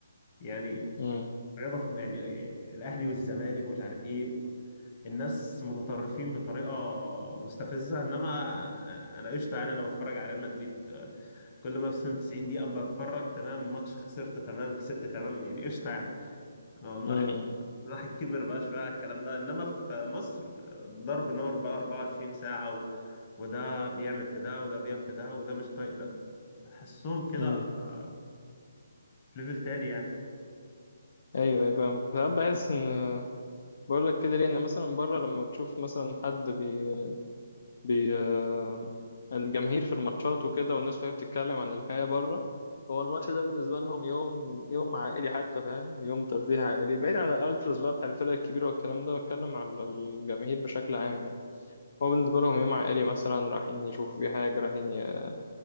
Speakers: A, on the left; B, on the left.
A: يعني
B: مم
A: رياضة في يعني يعني الأهلي والزمالك ومش عارف إيه الناس متطرفين بطريقة مستفزة إنما أنا قشطة يعني أنا بتفرج على ريال مدريد آه، كل ما في 90 دقيقة بتفرج تمام ماتش خسرت تمام كسبت تمام يعني قشطة يعني ما
B: مم
A: الواحد كبر بقى شوية على الكلام ده إنما في مصر ضرب نار بقى 24 ساعة و... وده بيعمل في ده وده بيعمل في ده وده مش طايق ده تحسهم كده
B: مم
A: آه، في ليفل تاني يعني
B: ايوه ايوه فاهمك ساعات بحس ان بقول لك كده ليه ان مثلا بره لما تشوف مثلا حد بي بي آه، الجماهير في الماتشات وكده والناس وهي بتتكلم عن الحياة بره هو الماتش ده بالنسبة لهم يوم يوم عائلي حتى فاهم يوم ترفيه عائلي بعيد عن الالتراس بقى بتاع الفرق الكبيرة والكلام ده بتكلم على الجماهير بشكل عام يعني هو بالنسبة لهم يوم عائلي مثلا رايحين يشوفوا في حاجة رايحين ي-